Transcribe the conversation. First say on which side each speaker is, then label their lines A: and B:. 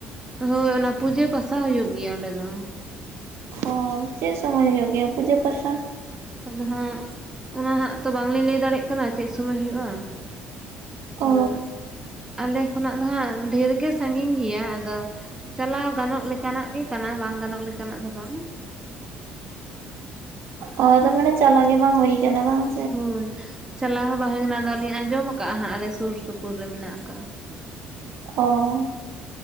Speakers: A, on the right; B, on the right.
A: ᱦᱳᱭ ᱚᱱᱟ ᱯᱩᱡᱟᱹ ᱯᱟᱥᱟ ᱦᱩᱭᱩᱜ ᱜᱮᱭᱟ ᱚᱸᱰᱮ ᱫᱚ ᱾
B: ᱚ ᱪᱮᱫ ᱥᱚᱢᱚᱭ ᱦᱩᱭᱩᱜ ᱜᱮᱭᱟ ᱯᱩᱡᱟᱹ ᱯᱟᱥᱟ?
A: ᱟᱫᱚ ᱦᱟᱸᱜ, ᱚᱱᱟ ᱦᱟᱸᱜ ᱛᱚ ᱵᱟᱝᱞᱤᱧ ᱞᱟᱹᱭ ᱫᱟᱲᱮᱭᱟᱜ ᱠᱟᱱᱟ ᱪᱮᱫ ᱥᱚᱢᱚᱭ ᱦᱩᱭᱩᱜᱼᱟ ᱾
B: ᱚ
A: ᱟᱫᱚᱼᱼ ᱟᱞᱮ ᱠᱷᱚᱱᱟᱜ ᱫᱚ ᱦᱟᱸᱜ ᱰᱷᱮᱨ ᱜᱮ ᱥᱟᱺᱜᱤᱧ ᱜᱮᱭᱟ ᱟᱫᱚ ᱾ ᱪᱟᱞᱟᱣ ᱜᱟᱱᱚᱜ ᱞᱮᱠᱟᱱᱟᱜ ᱜᱮ ᱠᱟᱱᱟ, ᱵᱟᱝ ᱜᱟᱱᱚᱜ ᱞᱮᱠᱟᱱᱟᱜ ᱫᱚ ᱵᱟᱝᱟ ᱾
B: ᱚ ᱛᱟᱨ ᱢᱟᱱᱮ ᱪᱟᱞᱟᱜ ᱜᱮ ᱵᱟᱝ ᱦᱩᱭ ᱠᱟᱱᱟ ᱵᱟᱝ ᱾
A: ᱦᱳᱭ ᱪᱟᱞᱟᱣ ᱦᱚᱸ ᱵᱟᱝ ᱦᱩᱭ ᱠᱟᱱᱟ, ᱟᱞᱤᱧ ᱟᱸᱡᱚᱢ ᱟᱠᱟᱜᱼᱟ ᱦᱟᱸᱜ, ᱟᱞᱮ ᱥᱩᱨ ᱥᱩᱯᱩᱨ ᱨᱮ ᱢᱮᱱᱟᱜ ᱟᱠᱟᱜᱼᱟ᱾
B: ᱚ